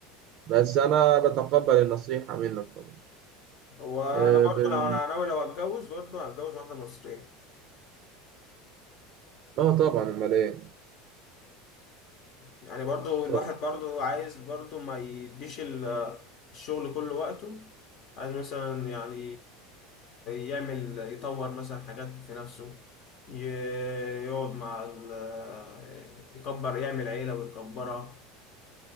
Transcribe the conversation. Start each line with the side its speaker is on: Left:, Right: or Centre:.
Right: بس انا بتقبل النصيحة منك طبعا
Left: هو أنا
Right: اه
Left: برضو
Right: بال...
Left: لو أنا ناوي لو هتجوز برضو هتجوز واحدة مصرية
Right: اه طبعا امال ايه
Left: يعني برضو الواحد
Right: طب
Left: برضو عايز برضو ما يديش ال- الشغل كله وقته عايز مثلا يعني يعمل يطور مثلا حاجات في نفسه ي- يقعد مع ال- يكبر يعمل عيلة ويكبرها